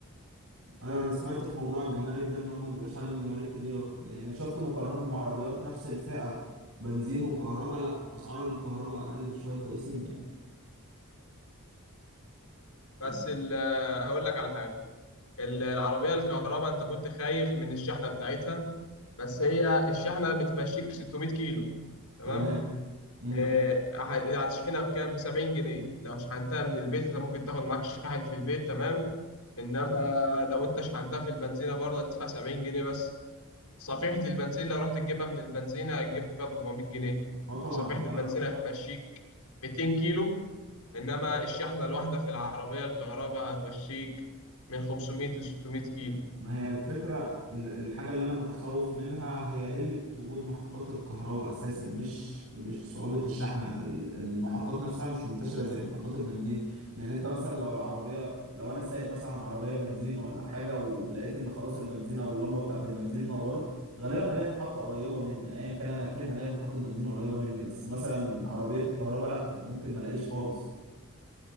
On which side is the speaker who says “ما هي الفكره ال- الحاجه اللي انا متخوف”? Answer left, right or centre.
Right